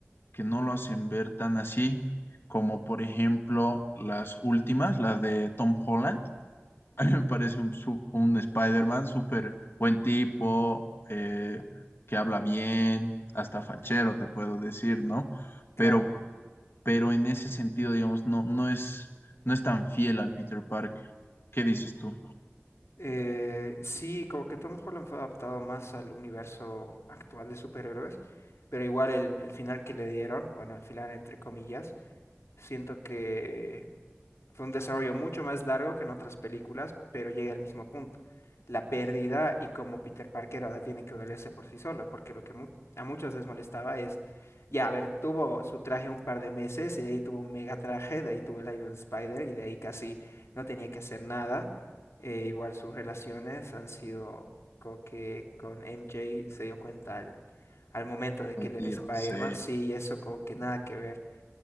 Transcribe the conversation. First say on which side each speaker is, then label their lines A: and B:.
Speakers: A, on the left; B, on the left.
A: que no lo hacen ver tan así, como por ejemplo las últimas, las de Tom Holland. <laughs> A mí me parece un, su- un Spider-Man súper buen tipo, eh, que habla bien, hasta fachero, te puedo decir, ¿no?
B: claro.
A: Pero, pero en ese sentido, digamos, no, no es, no es tan fiel al Peter Parker. ¿Qué dices tú?
B: Eh, sí, como que Tom Holland fue adaptado más al universo actual de superhéroes, pero igual el, el final que le dieron, bueno, el final entre comillas, siento que Fue un desarrollo mucho más largo que en otras películas, pero llega al mismo punto. La pérdida y cómo Peter Parker ahora tiene que valerse por sí solo, porque lo que mu- a muchos les molestaba es, ya, a ver, tuvo su traje un par de meses y de ahí tuvo un mega traje, de ahí tuvo el Iron Spider y de ahí casi no tenía que hacer nada. Eh, igual sus relaciones han sido como que con MJ se dio cuenta al, al momento de
A: Al
B: que él
A: tiro,
B: era Spider-Man,
A: sí.
B: sí, y eso como que nada que ver.